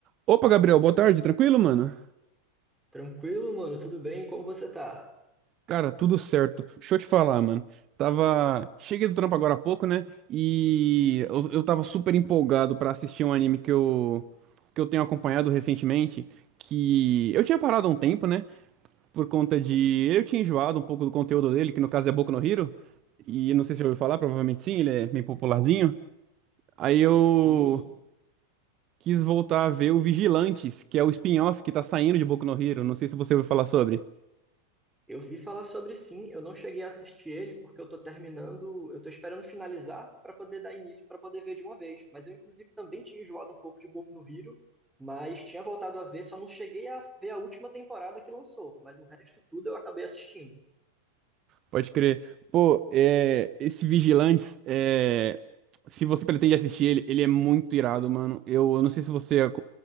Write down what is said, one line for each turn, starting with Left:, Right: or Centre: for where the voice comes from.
Right: Opa, Gabriel, boa tarde, tranquilo, mano?
Centre: Tranquilo, mano, tudo bem? Como você tá?
Right: Cara, tudo certo. Deixa eu te falar, mano. Tava. Cheguei do trampo agora há pouco, né? E eu, eu tava super empolgado pra assistir um anime que eu, que eu tenho acompanhado recentemente. Que eu tinha parado há um tempo, né? Por conta de. Eu tinha enjoado um pouco do conteúdo dele, que no caso é Boku no Hero. E não sei se eu ouviu falar, provavelmente sim, ele é bem popularzinho.
Centre: Bom,
Right: Aí eu
Centre: sim,
Right: quis voltar a ver o Vigilantes, que é o spin-off que tá saindo de Boku no Hero. Não sei se você ouviu falar sobre.
Centre: eu vi falar sobre sim, eu não cheguei a assistir ele porque eu tô terminando, eu tô esperando finalizar pra poder dar início, pra poder ver de uma vez. Mas eu, inclusive, também tinha enjoado um pouco de Boku no Hero, mas tinha voltado a ver, só não cheguei a ver a última temporada que lançou, mas o resto tudo eu acabei assistindo.
Right: Pode crer. Pô, é, esse Vigilantes, é, se você pretende assistir ele, ele é muito irado, mano. Eu, eu não sei se você ac-